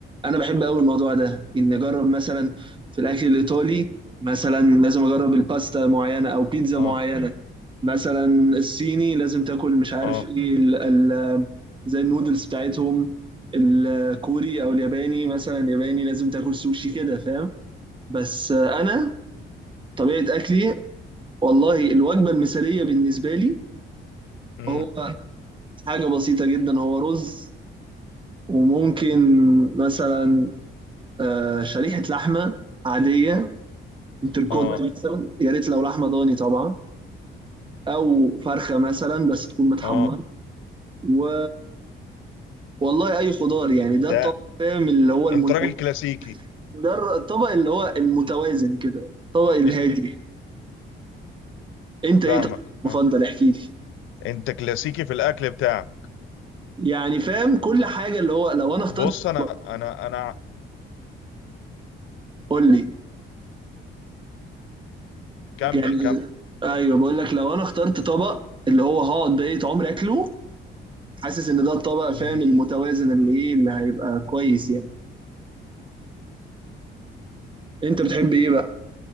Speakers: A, on the right; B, on the left.
A: انا بحب قوي الموضوع ده ان اجرب مثلا في الاكل الايطالي مثلا لازم اجرب الباستا معينه او بيتزا
B: اه
A: معينه مثلا الصيني لازم تاكل مش عارف
B: اه
A: ايه ال ال زي النودلز بتاعتهم الكوري او الياباني مثلا الياباني لازم تاكل سوشي كده فاهم بس آه، انا طبيعه اكلي والله الوجبة المثالية بالنسبة لي
B: امم
A: هو حاجة بسيطة جدا هو رز وممكن مثلا آه، شريحة لحمة عادية انتركوت
B: اه
A: مثلا يا ريت لو لحمة ضاني طبعا أو فرخة مثلا بس تكون متحمرة
B: اه
A: و والله أي خضار يعني
B: ده
A: ده الطبق فاهم اللي هو المتو...
B: انت راجل كلاسيكي
A: ده الر- الطبق اللي هو المتوازن كده الطبق الهادي
B: انت
A: أنت إيه
B: فاهمك
A: طبق
B: فاهم.
A: مفضل احكي لي
B: انت كلاسيكي في الاكل بتاعك
A: يعني فاهم كل حاجة اللي هو لو أنا اخترت
B: بص انا
A: طبق
B: انا انا
A: قول لي
B: كمل
A: يعني ايوه بقول لك لو انا اخترت طبق اللي هو هقعد بقية عمري اكله حاسس ان ده الطبق فاهم
B: كمل
A: المتوازن اللي ايه اللي هيبقى كويس يعني انت بتحب ايه بقى